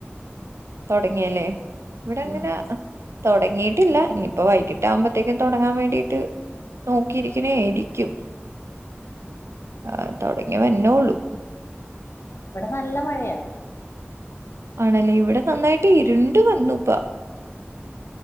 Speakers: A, on the right (about 85°); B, on the left (about 65°).
A: തൊടങ്ങിയല്ലേ ഇവടെ അങ്ങനെ
B: ഉം
A: തൊടങ്ങീട്ടില്ല ഇനിപ്പൊ വൈകിട്ടാമ്പത്തേക്ക്‌ തൊടങ്ങാ വേണ്ടിട്ട് നോക്കിയിരിക്കണേരിക്കും ആ തൊടങ്ങി വന്നൊള്ളൂ
B: ഇവടെ നല്ല മഴയാ
A: ആണല്ലേ ഇവടെ നന്നായിട്ട് ഇരുണ്ട് വന്നുപ്പാ.